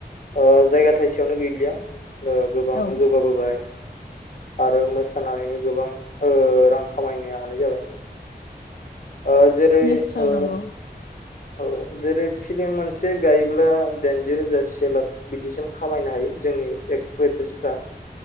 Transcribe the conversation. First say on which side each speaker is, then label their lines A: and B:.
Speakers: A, on the left (about 50°); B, on the left (about 65°).
A: ओ जायगा थाइसेयावनो गैलिया ओ गोबां
B: औ
A: जौगाबोबाय आरो मोसानानैनो गोबां ओ रां खामायनो हानाय जाबाय। ओ जेरै
B: निस्सय
A: ओ
B: नंगौ
A: औ जेरै फिलिम मोनसे गायोब्ला दाइनजि रोजा से लाख बिदिसिम खामायनो हायो जोंनि एक्टर एक्ट्रिसफ्रा